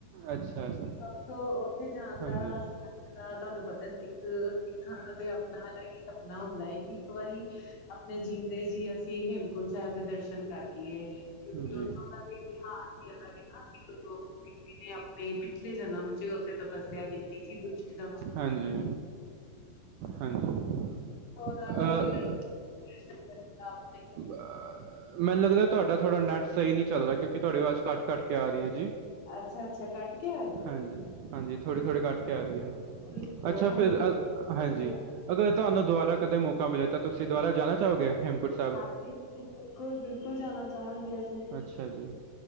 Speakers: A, on the right; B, on the left.
A: ਅੱਛਾ ਜੀ
B: ਉਥੋਂ ਉੱਥੇ ਜਾਨ
A: ਹਾਂਜੀ
B: ਦਾ ਤੁਹਾਨੂੰ ਪਤਾ ਸਿੱਖ ਸਿੱਖਾਂ ਦਾ ਤੇ ਆਪਨਾ ਅਲੱਗ ਈ ਸਪਨਾ ਹੁੰਦਾ ਹੈ ਕਿ ਇੱਕ ਵਾਰੀ ਅਪਨੇ ਜੀਂਦੇ ਜੀ ਅਸੀ ਹੇਮਕੁੰਟ ਸਾਹਿਬ ਦੇ ਦਰਸ਼ਨ ਕਰ ਲਈਏ। ਕਿਉਂਕਿ
A: ਜੀ
B: ਉੱਥੋਂ ਦਾ ਤੇ ਇਤਿਹਾਸ <unintelligible> ਗੁਰੂ ਗੋਬਿੰਦ ਸਿੰਘ ਜੀ ਨੇ ਅਪਨੇ ਪਿਛਲੇ ਜਨਮ ਚ ਉੱਥੇ ਤਪੱਸਿਆ ਕੀਤ। <unintelligible>
A: ਹਾਂਜੀ, ਹਾਂਜੀ।
B: ਹੋਰਾਂ
A: ਅ,
B: ਨੇ ਦਰਸ਼ਨ <unintelligible>
A: ਆ ਮੈਨੂੰ ਲੱਗਦਾ ਤੁਹਾਡਾ ਥੋੜਾ ਨੈੱਟ ਸਹੀ ਨਹੀਂ ਚੱਲ ਰਿਹਾ ਕਿਉਂਕਿ ਤੁਹਾਡੀ ਆਵਾਜ਼ ਕੱਟ-ਕੱਟ ਕੇ ਆ ਰਹੀ ਐ ਜੀ।
B: ਅੱਛਾ-ਅੱਛਾ ਕੱਟ ਕੇ ਆ ਰਹੀ ਐ।
A: ਹਾਂਜੀ, ਹਾਂਜੀ ਥੋੜੀ-ਥੋੜੀ ਕੱਟ ਕੇ ਆ ਰਹੀ ਐ,
B: ਠੀਕ
A: ਅੱਛਾ
B: ਹੈ
A: ਫਿਰ
B: ਹੁਣ
A: ਅ ਹਾਂਜੀ
B: ਹੁਣ
A: ਅਗਰ ਤੁਹਾਨੂੰ ਦੁਬਾਰਾ ਕਦੇ ਮੌਕਾ ਮਿਲੇ ਤਾਂ ਤੁਸੀਂ ਦੁਬਾਰਾ ਜਾਨਾ ਚਾਹੋਗੇ ਹੇਮਕੂਟ ਸਾ
B: ਹਾਂਜੀ-ਹਾਂਜੀ, ਬਿਲਕੁਲ-ਬਿਲਕੁਲ ਜਾਨਾਚਾਹਾਂਗੇ ਅਸੀਂ।
A: ਅੱਛਾ ਜੀ,